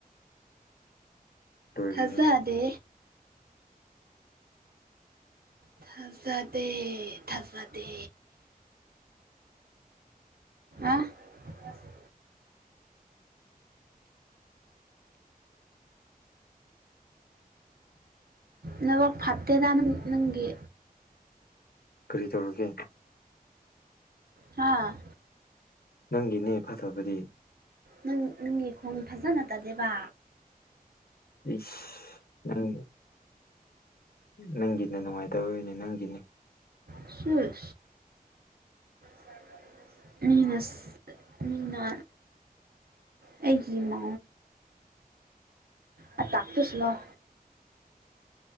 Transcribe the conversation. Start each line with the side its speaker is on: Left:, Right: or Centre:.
Left: ꯂꯣꯏꯔꯦꯍꯦ
Right: ꯊꯥꯖꯗꯦ ꯊꯖꯗ ꯊꯖꯗꯦ ꯑ ꯑꯁ ꯅꯕꯒ ꯐꯠꯇꯦꯗ ꯅꯪꯒꯤ
Left: ꯀꯔꯤ ꯇꯧꯔꯒꯦ
Right: ꯍꯥꯥ
Left: ꯅꯪꯒꯤꯅꯦ ꯐꯠꯇꯕꯗꯤ
Right: ꯅꯪ ꯅꯪꯒꯤ ꯈꯣꯟ ꯐꯖꯅ ꯇꯗꯦꯕ
Left: ꯁ ꯅꯪꯦ ꯅꯪꯒꯤꯅ ꯅꯨꯡꯉꯥꯏꯇꯣꯏꯅꯦ ꯅꯪꯒꯤꯅꯤ
Right: ꯁꯨꯁ ꯁꯔ ꯃꯤꯅ ꯃꯤꯅ ꯑꯩꯒꯤ ꯏꯃꯥ ꯑ ꯇꯥꯛꯇꯁꯂꯣ